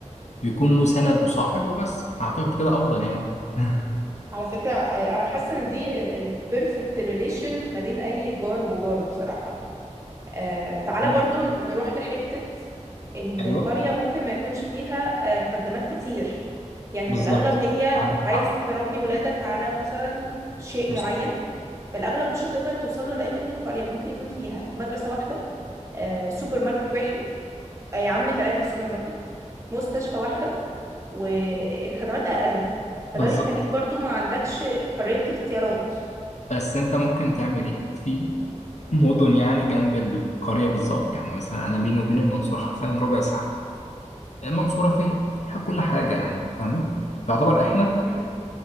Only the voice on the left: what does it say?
بيكون له سند وصاحب وبس اعتقد كده افضل يعني <laughs>
هو
ايوه
بالظبط
عندك
حق
مص-
بالظبط
بس انت ممكن تعمل ايه في مدن يعني جنب القريه بالظبط يعني مثلا انا بيني وبين المنصوره حرفيا ربع ساعه المنصوره فيه فيها كل حاجه يعني فاهمه فيعتبر احنا